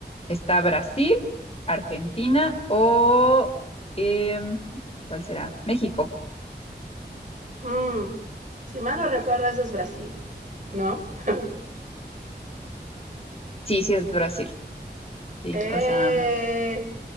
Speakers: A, on the left; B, on the right.
A: está Brasil, Argentina o em, ¿cuál será? México.
B: Mm, si mal no recuerdo, eso es Brasil, ¿no? <laughs>
A: Sí, sí, es Brasil. Sí,
B: ¡Eh!
A: o sea,